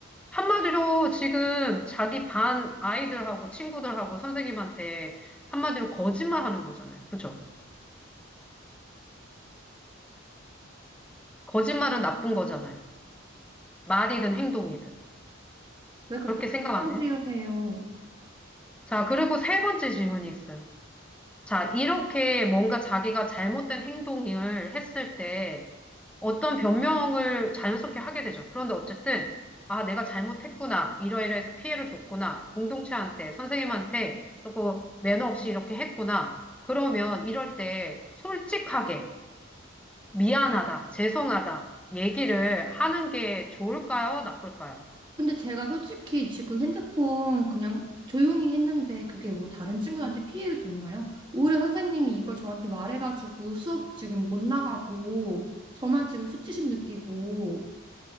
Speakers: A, in the centre; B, on the right (about 25°).
A: 한마디로 지금 자기 반 아이들하고 친구들하고 선생님한테 한마디로 거짓말 하는 거잖아요. 그죠? 거짓말은 나쁜 거잖아요. 말이든 행동이든.
B: 왜 그렇게
A: 그렇게 생각
B: 단정
A: 안 해요?
B: 지으세요?
A: 자, 그리고 세 번째 질문이 있어요. 자, 이렇게 뭔가 자기가 잘못된 행동을 했을 때 어떤 변명을 자연스럽게 하게 되죠. 그런데 어쨌든, 아, 내가 잘못했구나. 이러이러해서 피해를 줬구나. 공동체한테, 선생님한테 조금 매너 없이 이렇게 했구나. 그러면 이럴 때 솔직하게 미안하다, 죄송하다 얘기를 하는 게 좋을까요? 나쁠까요?
B: 근데 제가 솔직히 지금 핸드폰 그냥 조용히 했는데 그게 뭐 다른 친구들한테 피해를 줬나요? 오히려 선생님이 이걸 저한테 말해가지고 수업 지금 못 나가고 저만 지금 수치심 느끼고